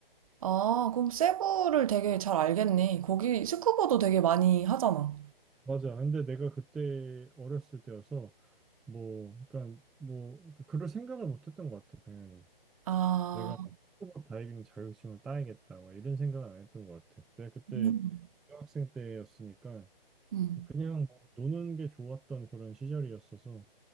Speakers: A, on the right; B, in the centre.
A: 아, 그럼 세부를 되게 잘 알겠네. 거기 스쿠버도 되게 많이 하잖아.
B: 맞아. 근데 내가 그때 어렸을 때여서 뭐, 그러니까 뭐 그러니까 그럴 생각을 못했던 것 같아. 당연히
A: 아,
B: 내가 막 스쿠버 다이빙 자격증을 따야겠다, 막 이런 생각은 안 했던 것 같아. 내가 그때
A: 음,
B: 중학생 때였으니까
A: 음.
B: 그냥 뭐 노는 게 좋았던 그런 시절이었어서